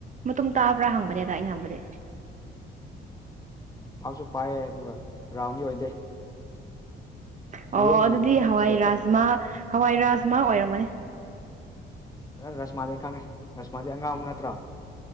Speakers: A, on the right (about 40°); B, on the left (about 20°).
A: ꯃꯇꯨꯡ ꯆꯥꯕ꯭ꯔꯥ ꯍꯪꯕꯅꯦꯗ ꯑꯩꯅ ꯍꯪꯕꯗꯤ
B: ꯄꯥꯛꯞꯁꯨ ꯄꯥꯏꯑ ꯑꯗꯨꯒ ꯔꯥꯎꯟꯒꯤ ꯑꯣꯏꯗꯦ
A: ꯑꯣ
B: ꯌꯦꯔꯨꯝꯒꯤ
A: ꯑꯗꯨꯗꯤ ꯍꯋꯥꯏ
B: ꯁꯦꯞꯇ
A: ꯔꯥꯖꯃ ꯍꯋꯥꯏ ꯔꯥꯖꯃ ꯑꯣꯏꯔꯝꯒꯅꯤ
B: ꯔꯁꯃꯥꯗꯤꯩ ꯈꯪꯉꯦ ꯔꯁꯃꯥꯗꯤ ꯑꯉꯥꯡꯃꯨꯛ ꯅꯠꯇ꯭ꯔꯥ